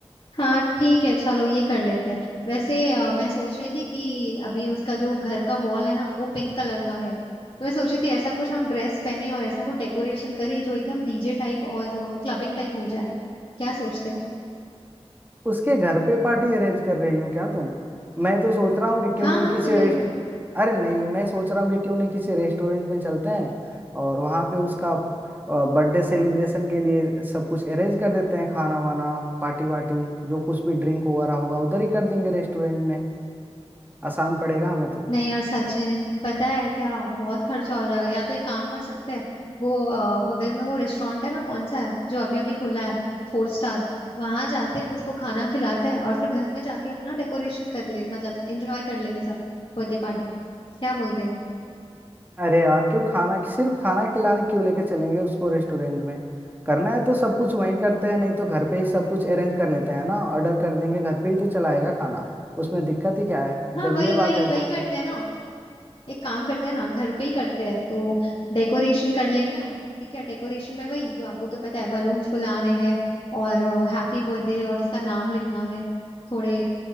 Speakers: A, on the left; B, on the right.
A: हाँ ठीक है चलो ये कर लेते हैं वैसे अ, मैं सोच रही थी कि अभी उसका जो घर का वॉल है ना वो पिंक कलर का है तो मैं सोच रही थी ऐसा कुछ हम ड्रेस पहने और ऐसा कुछ डेकोरेशन करें जो एकदम डीजे टाइप और क्लबिंग टाइप हो जाए क्या सोचते हो
B: उसके घर पे पार्टी अरेंज कर रही हो क्या तुम मैं तो सोच रहा हूँ कि क्यों
A: हाँ
B: नहीं
A: हाँ
B: किसी
A: तुम्हें
B: रेस्ट अरे नहीं मैं सोच रहा हूँ कि क्यों नहीं किसी रेस्टोरेंट में चलते हैं और वहां पे उसका बर्थडे सेलिब्रेशन के लिए सब कुछ अरेंज कर देते हैं खाना वाना पार्टी वार्टी जो कुछ भी ड्रिंक वगैरह होगा उधर ही कर देंगे रेस्टोरेंट में आसान पड़ेगा हमें तो
A: नहीं यार सचिन पता है क्या बहुत खर्चा हो जाएगा या तो एक काम कर सकते हैं वो अ, बगल में वो रेस्टोरेंट है ना कौन सा है जो अभी अभी खुला है फोर स्टार वहां जाते हैं उसको खाना खिलाते हैं और फिर घर पे जाके अपना डेकोरेशन कर ले मतलब एंजॉय कर लेंगे सब बर्थडे पार्टी क्या बोलते हो
B: अरे यार क्यों खाना सिर्फ खाना खिलाने क्यों लेके चलेंगे उसको रेस्टोरेंट में करना है तो सब कुछ वहीं करते हैं नहीं तो घर पे ही सब कुछ अरेंज कर लेते हैं ना ऑर्डर कर देंगे घर पे ही तो चलाएगा खाना उसमें दिक्कत ही क्या है जब
A: हाँ वही
B: ये बात
A: वही
B: है
A: वही
B: तो
A: करते हैं ना एक काम करते हैं ना घर पे ही करते हैं तो डेकोरेशन कर लेंगे हम ठीक है डेकोरेशन में वही जो आपको तो पता है बलून्स फुलाने हैं और हैप्पी बर्थडे और उसका नाम लिखना है थोड़े